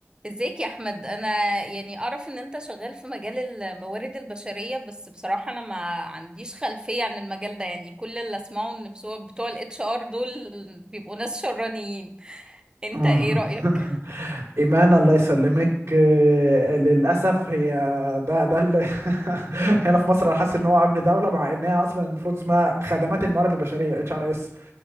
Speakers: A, on the right (about 20°); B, on the right (about 80°).
A: ازيك يا احمد انا يعني اعرف ان انت شغال في مجال الموارد البشريه بس بصراحه انا ما عنديش خلفيه عن المجال ده يعني كل اللي اسمعه ان بتوع بتوع الاتش ار دول بيبقوا ناس شرانيين انت
B: آه.
A: ايه رايك
B: <laughs> إيمان الله يسلمك آه، للأسف هي ده ده اللي <laughs> هنا في مصر أنا حاسس إن هو أمن دولة مع إنها أصلا المفروض اسمها خدمات الموارد البشرية اتش ار اس